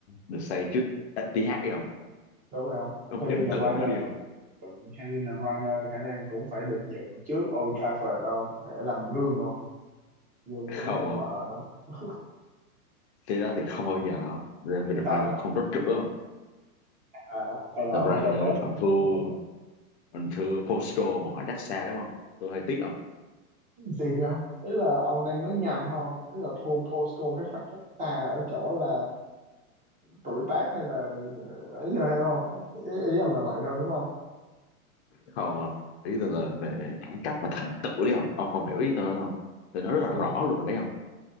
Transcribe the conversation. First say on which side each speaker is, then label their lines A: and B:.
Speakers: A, on the left; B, on the right.
A: được xây trước ờ, tê hát đi không
B: đúng không
A: ông
B: Kevin
A: chỉnh
B: De
A: tượng
B: Bruyne
A: nó đi không
B: Ừ, Kevin De Bruyne khả năng cũng phải được dựng trước Old Trafford không để làm gương không gương
A: không
B: cho mấy con
A: không
B: vợ <laughs>
A: thế đó thì không bao giờ Kevin
B: tại
A: De
B: sao
A: Bruyne không có chữa
B: à, hay là
A: De Bruyne
B: Old Trafford
A: còn thua
B: Ủa, có
A: còn thua Postal một khoảng cách xa lắm không tôi hơi tiếc không
B: gì không ý là ông đang nói nhầm không ý là thua Postco cái khoảng cách xa ở chỗ là tuổi tác hay là ấy rồi hay không ý, ý ông là vậy thôi đúng không
A: không không ý tôi là về đẳng cấp và thành tựu đấy không ông không hiểu ý tôi không tôi nói rất là
B: Post,
A: rõ luôn rồi đấy không